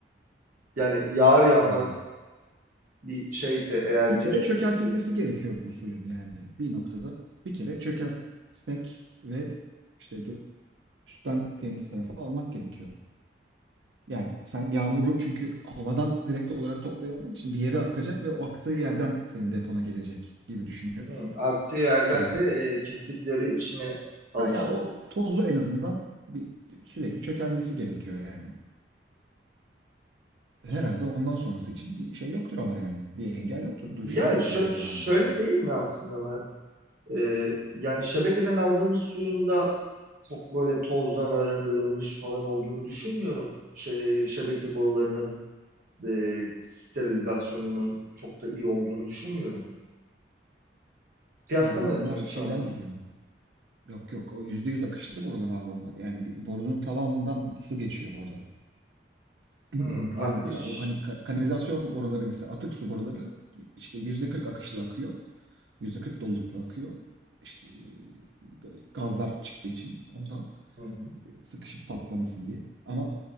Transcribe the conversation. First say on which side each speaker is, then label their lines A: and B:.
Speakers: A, on the right; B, on the right.
A: Yani yağar yağmaz
B: yani
A: bir şeyse eğer
B: bir kere
A: bir
B: çökeltilmesi
A: e,
B: gerekiyor bu suyun yani bir noktada bir kere çökeltmek ve işte dö- üstten temiz tarafı almak gerekiyor. Yani sen yağmuru çünkü havadan direkt olarak toplayamadığın için bir yere akacak ve o aktığı yerden senin depona gelecek gibi düşünüyoruz.
A: hı, aktığı yerden
B: E,
A: de e, pislikleri içine alacak
B: ha ya o
A: diye.
B: tozu en azından bir sürekli çökelmesi gerekiyor yani. herhalde ondan sonrası için bir şey yoktur ama yani. Bir engel yoktur. Duş
A: Ya
B: alınır
A: şö-
B: herhalde
A: şöyle
B: yağma suyuyla.
A: değil mi aslında Mert? E, yani şebekeden aldığımız suyun da çok böyle tozdan arındırılmış falan olduğunu düşünmüyorum. Şey, şebeke borularının e, sterilizasyonunun çok da iyi olduğunu düşünmüyorum. Kıyaslama
B: E ama onlar
A: yapıyorum
B: şeyden
A: şu anda.
B: geliyor. Yok yok o yüzde yüz akışlı borular abi onlar. Yani bir- borunun tamamından su geçiyor orada. <clears throat>
A: Hmm,
B: Yani
A: akış.
B: mesela o hani ka- kanalizasyon boruları mesela atık su boruları işte yüzde kırk akışlı akıyor. Yüzde kırk dolulukla akıyor. İşte e, gazlar çıktığı için oradan.
A: Hı hı.
B: sıkışıp patlamasın diye. Ama